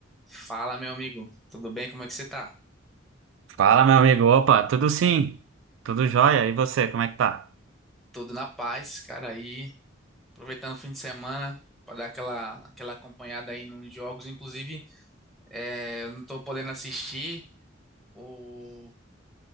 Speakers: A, in the centre; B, on the right.
A: Fala, meu amigo. Tudo bem? Como é que você tá?
B: Fala, meu amigo. Opa, tudo sim? Tudo jóia? E você, como é que tá?
A: Tudo na paz, cara. Aí, aproveitando o fim de semana para dar aquela, aquela acompanhada aí nos jogos. Inclusive, é, eu não tô podendo assistir o,